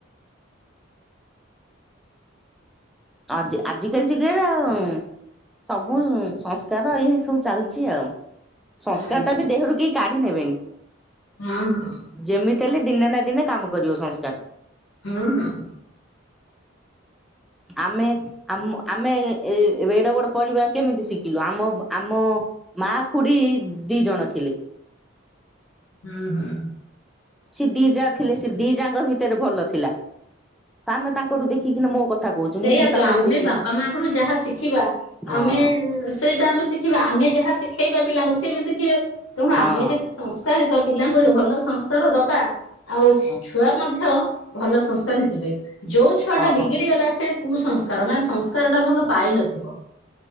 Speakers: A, in the centre; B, on the left.
A: ଆଜି ଆଜିିକାଲି ଯୁଗରେ ଆଉ ସବୁ ସଂସ୍କାର ଇଏ ସବୁ ଚାଲିଛି ଆଉ। ସଂସ୍କାରଟା
B: ହୁଁ
A: ବି ଦେହରୁ କେହି କାଢି ନେବେନି।
B: ହଁ- ହଁ।
A: ଯେମିତି ହେଲେ ଦିନେ ନା ଦିନେ କାମ କରିବ ସଂସ୍କାର।
B: ହଁ- ହଁ।
A: ଆମେ ଆମ ଆମେ ଏ ଏଡେ ବଡ ପରିବାର କେମିତି ଶିଖିଲୁ? ଆମ ଆମ ମା ଖୁଡି ଦି ଜଣ ଥିଲେ।
B: ହୁଁ- ହୁଁ।
A: ସେ ଦି ଯା ଥିଲେ, ସେ ଦି ଯାଙ୍କ ଭିତରେ ଭଲ ଥିଲା। ତ ଆମେ ତାଙ୍କଠୁ ଦେଖିକିନା ମୋ କଥା କହୁଛୁ
B: ସେଇଆ
A: ମୁଁ
B: ତ,
A: ତାଙ୍କଠୁ
B: ଆମେ
A: ଦେଖି
B: ବାପା ମାଆଙ୍କଠୁ ଯାହା ଶିଖିବା
A: ହଁ
B: ଆମେ ସେଇଟା ଆମେ ଶିଖିବା, ଆମେ ଯାହା ଶିଖେଇବା ପିଲାଙ୍କୁ ସେ ବି ଶିଖିବେ। ତେଣୁ
A: ହଁ
B: ଆମେ ଯଦି ସଂ ସ୍କାର ତ ପିଲାଙ୍କୁ ଭଲ ସଂସ୍କାର ଦବା, ଆଉ
A: ହଁ।
B: ଛୁଆ ମଧ୍ୟ ଭଲ ସଂସ୍କାରି ଯିବେ, ଯୋଉ ଛୁଆଟା ବିଗିଡି
A: ହଁ
B: ଗଲା ସେ ସେ କୁସଂସ୍କାର ମାନେ ସଂସ୍କାରଟା ଭଲ ପାଇନଥିବ।